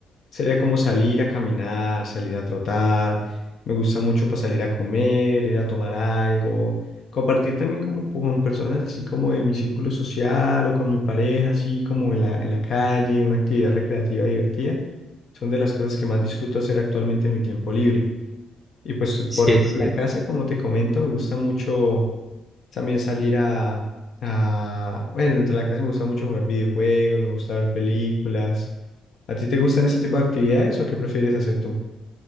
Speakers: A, on the left (about 55°); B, in the centre.
A: sería como salir a caminar, salir a trotar. Me gusta mucho para salir a comer, ir a tomar algo, compartir también como con personas así como de mi círculo social o con mi pareja, así como en la, en la calle, una actividad recreativa divertida. Son de las cosas que más disfruto hacer actualmente en mi tiempo libre. Y pues
B: Sí,
A: por dentro
B: es cierto.
A: de la casa, como te comento, me gusta mucho. También salir a, a- Bueno, dentro de la casa me gusta mucho jugar videojuegos, me gusta ver películas. ¿A ti te gustan ese tipo de actividades o qué prefieres hacer tú?